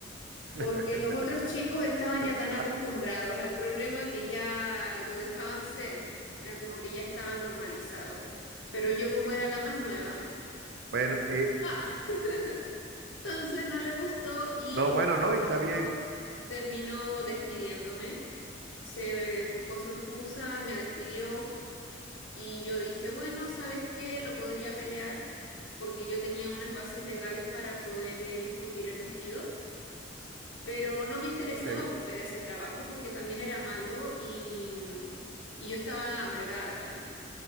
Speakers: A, on the left (about 80°); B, on the right (about 60°).
A: porque
B: <laughs>
A: los otros chicos estaban ya tan acostumbrados
B: Ah,
A: al problema que ya lo dejaban ser, era como que ya estaba normalizado. Pero yo como era la más nueva,
B: bueno, eh,
A: dejaba. <laughs> Entonces no le gustó y
B: no, bueno, no,
A: corto
B: y está bien.
A: terminó despidiéndome. Se eh, buscó su excusa y me despidió y yo dije, bueno, ¿sabes qué? Lo podría pelear porque yo tenía unas bases legales para poder eh, discutir el despido. Pero no me interesaba
B: Ok.
A: volver a ese trabajo porque también era malo y, mm, y yo estaba amargada ahí.